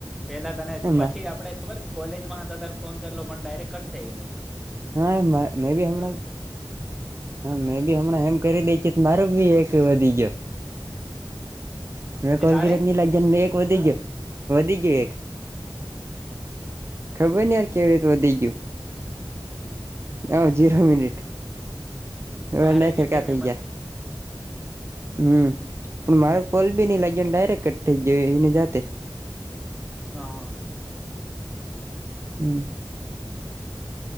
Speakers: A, in the centre; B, on the right (about 30°).
A: પેલા તને
B: કર્યા
A: પછી આપડે.? ખબર કોલેજમાં હતા તાર ફોન કરેલો પણ ડાયરેક્ટ કટ થઈ ગેલો.
B: હા મે બી હમણા. હા મેં બી હમણાં એમ કરી દે મારો બી એક વધી ગયો. <unintelligible> હ કોલ
A: એ તારે
B: કી રત ન લાગી જ એક વધી ગયો વધી ગયો એક.
A: હ.
B: ખબર ન યાર કેવી રીતે વધી ગયું. હ જીરો મિનિટ હવે
A: મારે
B: ન ફેરકા
A: બી સેમ
B: થઇ
A: એમ
B: ગયા.
A: જ થયેલું
B: હમ પણ મારો કોલ બી નઈ લાગ્યો ડાયરેક્ટ થઈ ગયોને જાતે.
A: હા
B: હમ
A: બરાબર